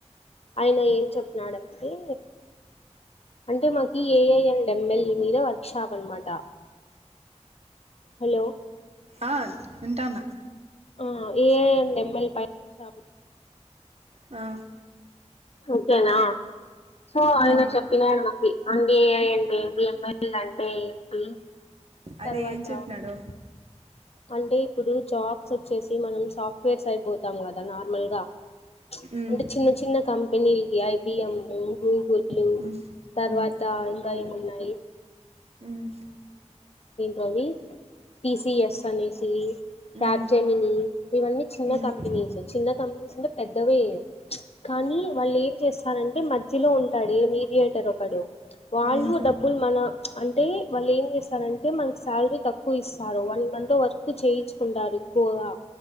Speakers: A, on the left; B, on the right.
A: ఆయన ఏం చెప్పినాడంటే అంటే మాకి ఏఐ అండ్ ఎంమెల్ మీద వర్క్ షాప్ అన్నమాట హలో
B: ఆ వింటాన
A: ఆ ఏఐ అండ్ ఏంమెల్ పై వర్క్ షాప్
B: ఆ
A: ఓకేనా సో ఆయన
B: ఆ,
A: చెప్పినాడు మాకి అండ్ ఏఐ అంటే ఏంటి ఎంమెల్ అంటే ఏంటి
B: అదే
A: తరువాత
B: ఏం చెప్పినాడు
A: అంటే ఇప్పుడు జాబ్స్ వచ్చేసి మనం సాఫ్ట్వేర్స్ అయిపోతాం కదా నార్మల్ గా
B: ఉమ్,
A: అంటే చిన్న చిన్న కంపెనీలు ఇవి ఐబిఎం గూగులు
B: ఉమ్,
A: తర్వాత
B: ఉమ్,
A: ఇంకా ఏమున్నాయి
B: ఉమ్
A: రవి టిసిఎస్ అనేసి
B: ఉమ్,
A: ట్యాబ్ జెమిని ఇవన్నీ చిన్న
B: ఆ
A: కంపెనీస్ చిన్న కంపెనీస్ ఉంటే పెద్దవే కానీ వాళ్ళు ఏం చేస్తారంటే మధ్యలో ఉంటాడే మీడియేటర్ ఒకడు వాళ్ళు
B: మ్మ్
A: డబ్బులు మన అంటే వాళ్ళు ఏం చేస్తారంటే మనకి శాలరీ తక్కువ ఇస్తారు వన్ మంత్ వర్క్ చేయించుకుంటారు ఎక్కువగా